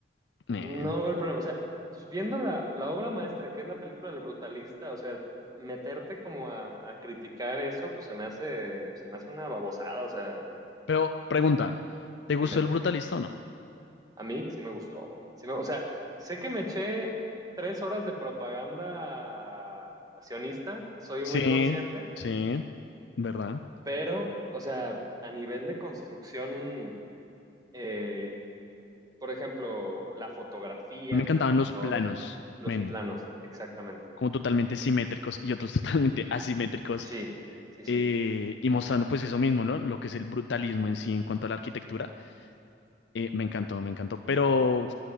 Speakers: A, on the left (about 80°); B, on the right (about 20°).
A: men.
B: No veo el problema. O sea, viendo la, la obra maestra, que es la película del brutalista, o sea, meterte como a, a criticar eso, pues se me hace, se me hace una babosada. O sea,
A: Pero pregunta, ¿te gustó
B: dime,
A: el brutalista o no?
B: a mí sí me gustó. Sí me- o sea, sé que me eché tres horas de propaganda sionista, soy
A: Sí,
B: muy consciente,
A: sí, ¿verdad?
B: pero, o sea, a nivel de construcción, eh, por ejemplo, la fotografía
A: Me encantaban
B: me encantó,
A: los planos,
B: los
A: men,
B: planos, exactamente.
A: como totalmente simétricos y otros <laughs> totalmente asimétricos,
B: Sí. Sí, sí.
A: eh, y mostrando pues eso mismo, ¿no? Lo que es el brutalismo en sí en cuanto a la arquitectura. Eh, me encantó, me encantó. Pero,